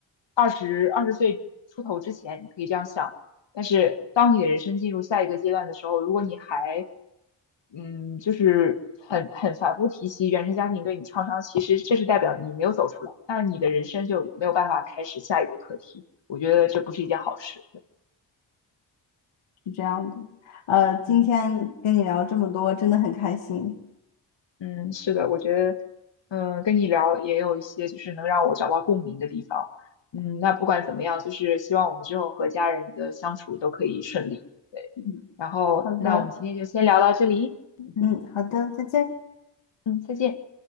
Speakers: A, on the left; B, on the left.
A: 二十二十岁出头之前，你可以这样想。但是当你的人生进入下一个阶段的时候，如果你还嗯，就是很很反复提起原生家庭对你创伤，其实这是代表你没有走出来，那你的人生就没有办法开始下一个课题。我觉得这不是一件好事。
B: 是这样的。呃，今天跟你聊这么多，
A: 嗯
B: 真的很开心。
A: 嗯，是的，我觉得嗯，跟你聊也有一些就是能让我找到共鸣的地方。嗯，那不管怎么样，就是希望我们之后和家人的相处都可以顺利。
B: 嗯
A: 然后，
B: 好的。
A: 那我们今天就先聊到这里。嗯
B: 嗯，好的，再见。
A: 嗯，再见。